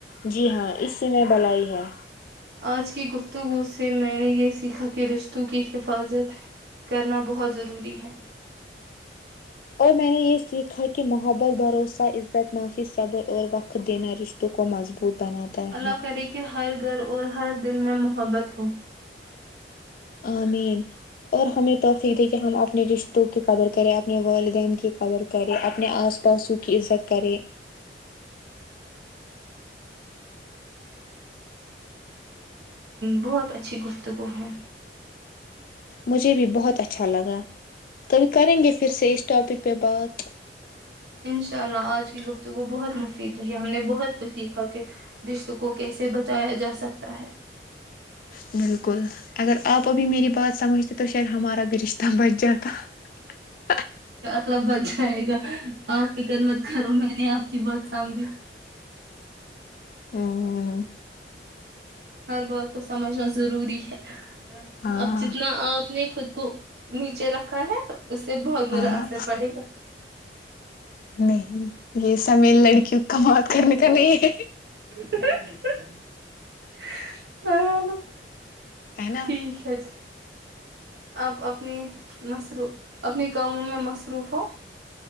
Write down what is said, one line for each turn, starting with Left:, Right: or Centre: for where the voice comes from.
Left: جی ہاں اس سے میں بھل ہی ہے
Right: آج کی گفتگو سے میں نے یہ سیکھا کہ رشتوں کی حفاظت کرنا بہت ضروری ہے
Left: اور میں نے یہ سیکھا کہ محبت بھروسہ عزت معافی صبر اور وقت دینا رشتوں کو مضبوط بناتتا
Right: اللہ
Left: ہے <inaudible>
Right: کرے کہ ہر گھر اور ہر دل میں محبت ہو
Left: آمین اور ہمیں توفق د کہ ہم اپنے رشتوں کی قدر کریں اپنے والدین کی قدر کریں اپنے آس پاسوں کی عزت کرے
Right: بہت اچھی گفتگو ہے
Left: مجھے بھی بہت اچھا لگا توبھی کریں گے پھر سے اس ٹاپک پہ بات
Right: ان شاء اللہ آج کی گفتگو بہت مفید رہی ہم نے بہت کچھ سیکھا کہ رشت کو کیسے بچایا جا سکتا ہے
Left: بالکل اگر آپ ابھی میری بات سمجھتے تو شاید ہمارا رشتہ بچ جاتا تو
Right: لبد رہ گا آپ فکر مت کرو میں نے آپ کی بات سمجھی
Left: ہوں
Right: ہر بات کو سمجھنا ضروری ہے
Left: ہاں
Right: اب جتنا آپ نے خود کو نیچے رکھا ہے اس سے بہت برا
Left: ہاں
Right: اثر پڑے گا
Left: نہیں یہ سمیل لڑکیوں کا مات کرنے کا نہیں ہے
Right: <unintelligible>
Left: ہے نا
Right: ٹھیک ہے ج آپ اپنی مصرو اپنی کاموں میں مصروف ہو